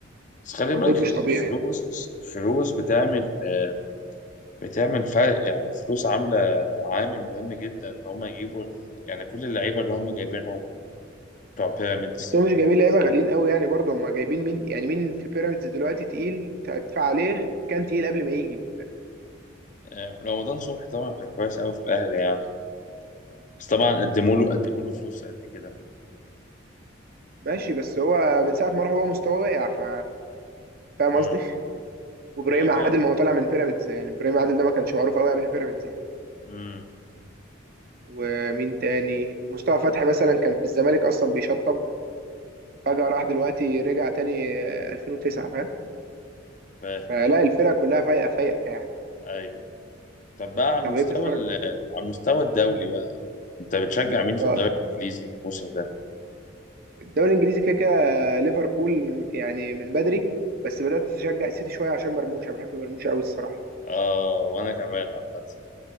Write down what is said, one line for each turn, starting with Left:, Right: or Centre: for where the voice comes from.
Left: بس خلي
Right: مجهود
Left: بالك
Right: مش
Left: الفلوس
Right: طبيعي يعني.
Left: الفلوس بتعمل آه، بتعمل فرق يعني الفلوس عامله عامل مهم جدا ان هم يجيبوا يعني كل اللعيبه اللي هم جايبينهم بتوع بيراميدز
Right: بس هو مش جايبين لعيبه غاليين قوي يعني برضه هم جايبين مين يعني مين في بيراميدز دلوقتي تقيل تدفع عليه كان تقيل قبل ما يجي
Left: آه، رمضان صبحي طبعا كان كويس قوي في الاهلي يعني بس طبعا قدموا له قدموا له فلوس قد كده
Right: ماشي بس هو من ساعة ما راح هو مستواه واقع ف فاهم
Left: امم
Right: قصدي؟ وابراهيم
Left: انا فاهم
Right: عادل ما هو طالع من بيراميدز يعني ابراهيم عادل ده ما كانش معروف قوي قبل بيراميدز يعني
Left: امم
Right: ومين تاني مصطفى فتحي مثلا كان في الزمالك اصلا بيشطب فجأة راح دلوقتي رجع تاني 2009 فاهم؟
Left: فاهم
Right: فلا الفرقة كلها فايقة فايقة يعني
Left: ايوه طب بقى على
Right: طب
Left: المستوى
Right: ايه بتتفرج
Left: ال- على المستوى الدولي بقى انت بتشجع مين في
Right: اه
Left: الدوري الانجليزي الموسم ده
Right: الدوري الانجليزي كده كده ليفربول من يعني من بدري بس بدأت تشجع السيتي شوية عشان مرموش انا بحب مرموش قوي الصراحة
Left: اه وانا كمان عامه